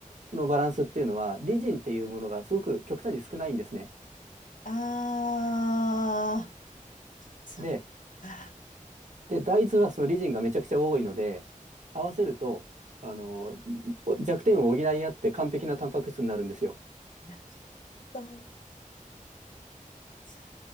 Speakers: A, on the right; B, on the left.
A: のバランスっていうのは、リジンっていうものがすごく極端に少ないんですね。
B: あー、そっか。
A: で、で、大豆はそのリジンがめちゃくちゃ多いので、合わせると、あの、弱点を補い合って完璧なタンパク質になるんですよ。
B: なるほど。そっ